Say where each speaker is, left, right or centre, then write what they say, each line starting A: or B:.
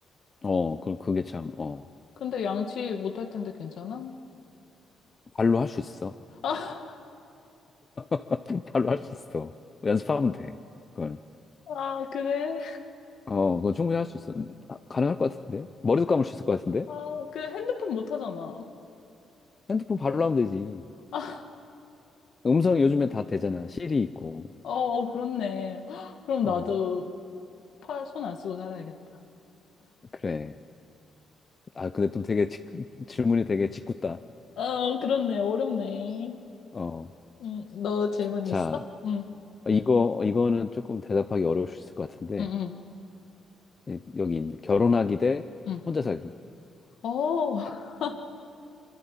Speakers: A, on the left (about 30°); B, on the left (about 70°).
A: 어, 그, 그게 참, 어,
B: 근데 양치 못할 텐데 괜찮아?
A: 발로 할 수 있어.
B: <laughs> 아,
A: <laughs> 발로 할 수 있어. 연습하면 돼. 그건.
B: 아, 그래?
A: 어, 그건 충분히 할 수 있어. 아, 가능할 것 같은데? 머리도 감을 수 있을 것 같은데?
B: 아, 그 핸드폰 못 하잖아.
A: 핸드폰 발로 하면 되지.
B: 어,
A: 음성이 요즘엔 다 되잖아. 시리 있고.
B: 어, 그렇네. <gasps> 헉, 그럼 나도
A: 어,
B: 팔, 손 안 쓰고 살아야겠다.
A: 그래. 아, 근데 또 되게 직- 질문이 되게 짓궂다.
B: 어, 그렇네. 어렵네.
A: 어,
B: 응, 너 질문
A: 자,
B: 있어? 응,
A: 이거, 이거는 조금 대답하기 어려울 수 있을 것 같은데.
B: 응, 응,
A: 예, 여기 있네. 결혼하기 대
B: 응.
A: 혼자 살기.
B: 어, <laughs>